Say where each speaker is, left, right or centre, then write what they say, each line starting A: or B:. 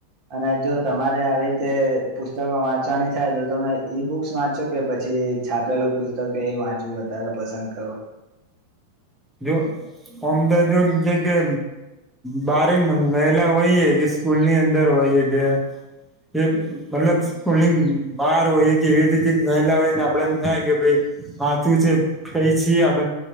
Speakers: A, on the right; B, in the centre.
A: અને જો તમારે આવી રીતે પુસ્તકો વાંચવાની થાય તો તમે ઈ બુક્સ વાં વા કે પછી છાપેલું પુસ્તક એ વાંચવું વધારે પસંદ કરો.
B: જો અમ તોા જો જે બાર ગેલા વહી હ કે સ્કૂલ ની અંદર હોય ગે. કે મતલબ સ્કૂલની બહાર હોય કે એવી રીતે ગયલા હોયને આપડે એમ થાય કે ભાઈ હાસાચું છે ફઈ છીએ આપ